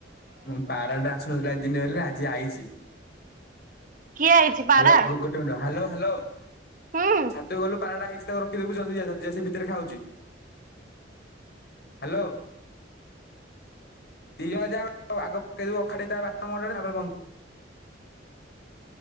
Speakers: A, on the left (about 60°); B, on the right (about 45°).
A: ମୁଁ ପାରାଟେ ଆସୁନଥିଲା ଏତେ ଦିନ ହେଲା, ଆଜି ଆଇଛି।
B: କିଏ ଆଇଛି? ପାରା
A: ହାଲୋ ଗୋଟେ ମିଣ୍ଟି ରହ ହାଲୋ ହାଲୋ
B: ହୁଁ
A: ଛାତୁ ଗଲୁ ପାରା ଟା ଆଇଚି ରଖିଦବୁ, ଜଲଦି ଜା ସେ ଭିତରେ ଖାଉଛି। ହାଲୋ। ଦି ଜଣ ଯା ଆଗ କେଇଦବୁ ଅଖାଟେ ତା ବାଟମୁହଁ ଟା ତା ବ